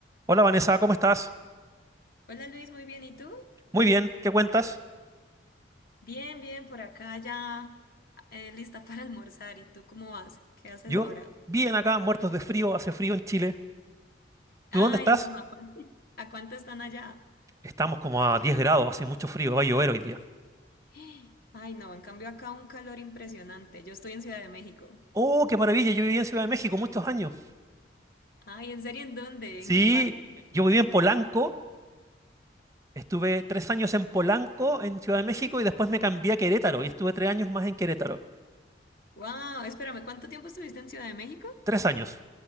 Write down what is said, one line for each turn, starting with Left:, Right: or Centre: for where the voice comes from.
Right: Hola Vanessa, ¿cómo estás?
Left: Hola Luis, muy bien. ¿Y tú?
Right: Muy bien, ¿qué cuentas?
Left: Bien, bien, por acá ya eh, lista <laughs> para almorzar. ¿Y tú cómo vas? ¿Qué haces
Right: Yo,
Left: ahora?
Right: bien acá, muertos de frío, hace frío en Chile. ¿Tú
Left: Ay,
Right: dónde estás?
Left: no, ¿a cuánto, <laughs> a cuánto están allá?
Right: Estamos como a 10 grados, hace mucho frío, va a llover hoy día.
Left: <gasps> Ay, no, en cambio acá un calor impresionante. Yo estoy en Ciudad de México.
Right: Oh, qué maravilla, yo viví en Ciudad de México muchos años.
Left: Ay, ¿en serio en dónde?
Right: Sí,
Left: ¿En qué parte?
Right: yo viví en Polanco, estuve tres años en Polanco, en Ciudad de México, y después me cambié a Querétaro y estuve tres años más en Querétaro.
Left: Wow, espérame, ¿cuánto tiempo estuviste en Ciudad de México?
Right: Tres años,